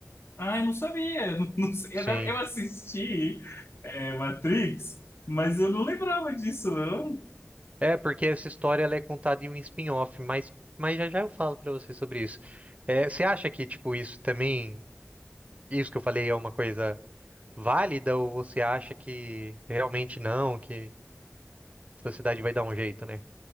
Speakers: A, on the left; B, on the right.
A: Ah, eu não sabia. Eu, Não, <laughs> não sei.
B: Sim.
A: Eu assisti é, Matrix, mas eu não lembrava disso, não.
B: É, porque essa história ela é contada em um spin-off, mas, mas já já eu falo pra você sobre isso. É, você acha que, tipo, isso também, isso que eu falei é uma coisa válida ou você acha que realmente não, que a sociedade vai dar um jeito, né?